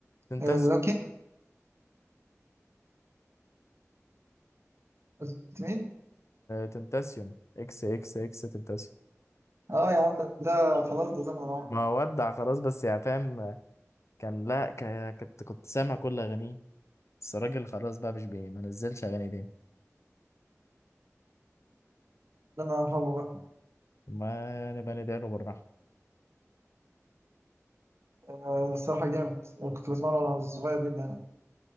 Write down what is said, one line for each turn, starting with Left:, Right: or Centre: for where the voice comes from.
Left: تنتاسيون
Right: آه، لوكي قلت مين؟
Left: تنتاسيون اكس اكس اكس تنتاسيون
Right: اه يا عم ده خلاص ده زمن راح
Left: ما ودع خلاص بس يعني فاهم كان لا ك- كنت كنت سامع كل اغانيه بس الراجل خلاص بقى مش بي ما نزلش اغاني تاني
Right: ده انا هرحمه بقى
Left: ما نبقى ندعي له بالرحمه
Right: آه، الصراحة جامد أنا كنت بسمعه وانا صغير جدا يعني.